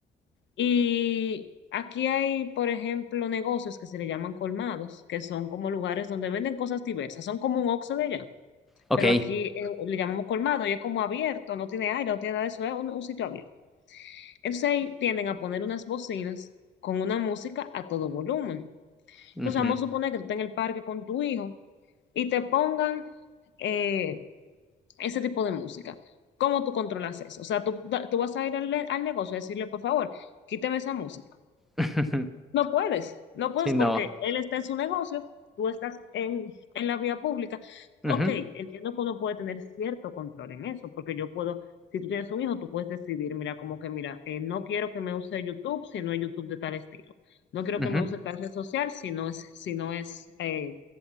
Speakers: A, on the left (about 65°); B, in the centre.
A: Y aquí hay, por ejemplo, negocios que se le llaman colmados, que son como lugares donde venden cosas diversas. Son como un Oxxo de allá,
B: ok,
A: pero aquí eh, le llamamos colmado y es como abierto, no tiene aire, no tiene nada de eso, es un, un sitio abierto. Entonces ahí tienden a poner unas bocinas con una música a todo volumen.
B: ujú,
A: Entonces vamos a suponer que tú estás en el parque con tu hijo y te pongan eh, ese tipo de música. ¿Cómo tú controlas eso? O sea, tú, tú vas a ir al, al negocio a decirle, por favor, quíteme esa música.
B: <laughs>
A: No puedes, no puedes
B: sí, no,
A: porque él está en su negocio, tú estás en, en la vía pública.
B: ujú,
A: Ok, entiendo que uno puede tener cierto control en eso, porque yo puedo, si tú tienes un hijo, tú puedes decidir, mira, como que, mira, eh, no quiero que me use YouTube si no es YouTube de tal estilo. No quiero
B: ujú,
A: que me use tal red social si no es, si no es eh,